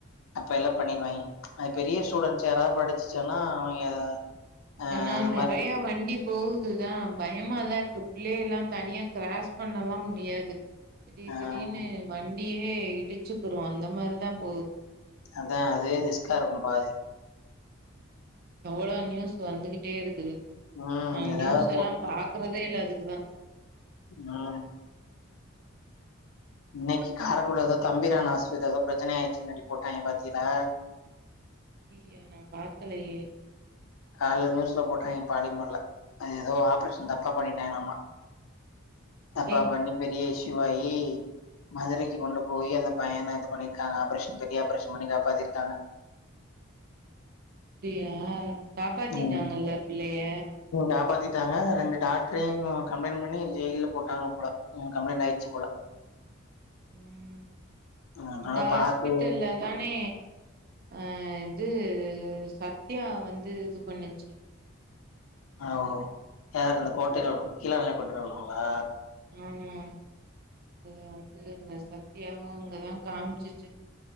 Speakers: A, on the left; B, on the right.
A: அப்ப எல்லாம் பண்ணிருவாங்க அது பெரிய ஸ்டூடெண்ட்ஸ் யாராவது படிச்சுச்சன்னா அவங்க ஆஹ்
B: ஆனா
A: அந்த
B: நிறையா
A: மாதிரி
B: வண்டி எப்படி போகுதுதான் பயமாதான் இருக்கு பிள்ளயக எல்லாம் தனியா கிராஸ் பண்ணலாம் முடியாது திடீர்
A: ஆஹ்
B: திடீருனு வண் அப்படியே இடிச்சுக்குரும் அந்த மாதிரிதான் போகுது
A: அதான் அதுவே ரிஸ்க்கா இருக்கும் பாதி
B: எவ்ளோ நியூஸ் வந்துகிட்டே இருக்குது
A: உம்
B: ஆஹ
A: ஏதாவது
B: நியூஸ் எல்லாம் பாக்குறதே இல்ல அதுக்குதான்
A: உஹ் இன்னைக்கு கார கூடதோ தம்பீரான் ஆஷ்பத்திரில ஏதோ பிரச்சனயா ஆயிடுச்சுனு போட்டாக பாத்தீங்களா
B: ஐய்யயா நான் பார்க்கலையே
A: காலையில நியூஸ்ல போட்டாங்க பாலிமர்ல அது ஏதோ ஆப்ரேஷன் தப்பா பண்ணிட்டாங்களாமா தப்பாப்பண்ணி
B: ஐயய்யோ
A: பெரிய இசுயூ சிவாயி மதுரைக்கு கொண்டு போய் அந்த பையன இது பண்ணிருக்காங்க ஆப்ரேஷன் பெரிய ஆப்ரேஷன் பண்ணி காப்பாத்திருக்காங்க
B: <unintelligible> காப்பாத்திட்டாங்கல்ல
A: ம்,
B: பிள்ளைய
A: காப்பாத்திட்டாங்க ரெண்டு டாக்டரையும் கம்ளைண்ட்ல பண்ணி ஜெயில போட்டாங்க போ கம்ளைண்ட் ஆயிடுச்சு போல
B: உம்
A: அதனால
B: இந்த ஹாஸ்பிட்டல்ல
A: பார்த்து
B: தானே அஹ் வந்து சத்யா வந்து இது பண்ணுச்சு
A: ஹ யார இந்த கோட்டரோல் கீழா கொட்டரோல்ங்களா
B: ஆமா அ அ என் சத்தியாவும் அங்கதான் காமிச்சுச்சு